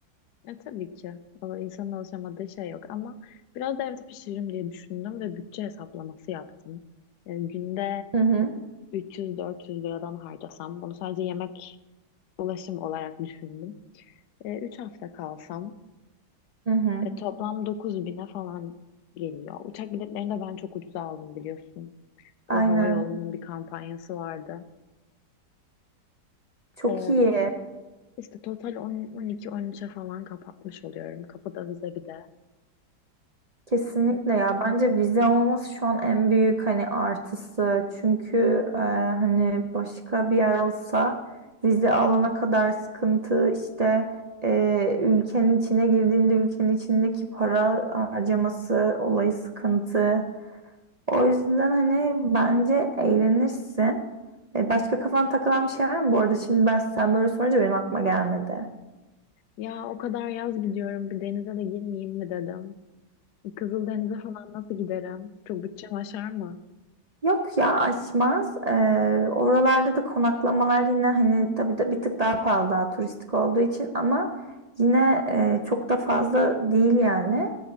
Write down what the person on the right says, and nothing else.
Hı hı.
Hı hı.
Aynen.
Çok
iyi.
Kesinlikle
ya bence vize olmaması şu an en büyük hani artısı çünkü e, hani başka bir yer olsa vize alana kadar sıkıntı işte e, ülkenin içine girdiğinde ülkenin içindeki para harcaması olayı sıkıntı o yüzden hani bence eğlenirsin E, başka kafan takılan bir şey var mı bu arada şimdi ben sen böyle sorunca benim aklıma gelmedi.
Yok ya aşmaz. Ee, oralarda da konaklamalar yine hani tabii de bir tık daha pahalı daha turistik olduğu için ama yine e, çok da fazla değil yani.